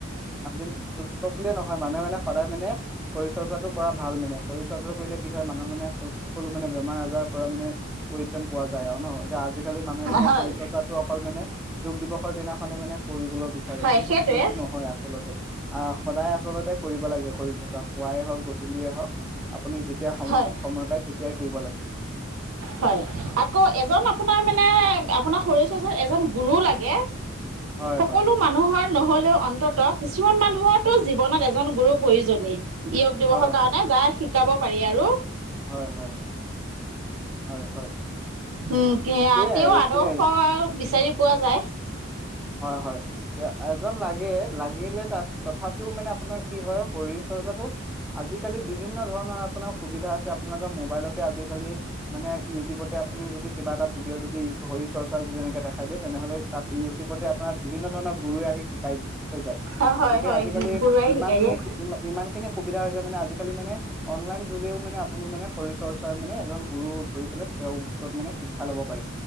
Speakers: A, in the centre; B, on the right.
A: আজি মানে যগ যুৱক বুলিয়ে নহয় মানুহে মানে সদায় মানে। শৰীৰ চৰ্চাটো কৰা ভাল মানে শৰীৰ চৰ্চাটো কৰিলে কি হয় মানুহ মানে সকলো মানে বেমাৰ আজাৰৰ পৰা মানে পৰিত্ৰাণ পোৱা যায় আৰু ন। আজি আজিকালি মানুহে মানে
B: হয়
A: শৰীৰ চৰ্চাটো অকল মানে যোগ দিৱসৰ দিনাখনে মানে কৰিবলৈ বিচাৰে
B: হয়
A: কিন্তু
B: সেইটোৱে
A: সেইটো নহয় আচলতে আহ', সদায় আচলতে কৰিব লাগে ।শৰীৰচ পুৱাই হওক গধূলিয়ে হওক। আপুনি যেতিয়া সম-
B: হয়
A: সময় পায় তেতিয়াই কৰিব লাগে
B: হয় আকৌ এজন
A: হয়।
B: আপোনাৰ মানে আপোনাৰ শৰীৰ চচাত এজন গুৰু লাগে।
A: হয়,
B: সকলো
A: হয়।
B: মানুহৰ। নহলেও অন্তত কিছুমান মানুহৰতো জীৱনত এজন গুৰু প্ৰয়োজনেই। য়োগ দিৱসৰ
A: হয়,
B: কাৰণে
A: হয়।
B: যায়ে। যাব। পাৰি আৰু।
A: হয় - হয় - হয়- হয়
B: উম',
A: এয়াই
B: তেওঁও
A: এতিয়াই
B: আদৰ্শ বিচাৰি পোৱা যায়।
A: হয় -হয় এজন লাগে লাগিলে তাত। তথাপিও মানে আপোনাৰ কি হয় শৰীৰ চৰ্চাটো আজিকালি বিভিন্ন ধৰণৰ। আপোনাৰ সুবিধা আছে আপোনালোকৰ মোবাইলতে আজিকালি মানে ইউটিউবতে আপুনি যদি কিবা এটা ভিডিঅ' যদি শৰ চৰ্চা যদি এনেকে দেখাই দিয়ে তেনেহ'লে তাত। আপোনাৰ বিভিন্ন ধৰণৰ গুৰুৱে আহি শিকাই থৈ যায়।
B: অ' হয়
A: গতিকে
B: হয়
A: আজিকালি
B: গুৰুৱে
A: ইমান
B: শিকাই
A: খিনি
B: দিয়ে
A: ইমান খিনি সুবিধা মানে আজিকালি মানে অনলাইন যুগেও মানে আপুনি মানে শৰীৰ চৰ্চা মানে এজন গুৰু ধৰি পেললে তেওঁৰ ওচৰত মানে শিক্ষা লব পাৰি।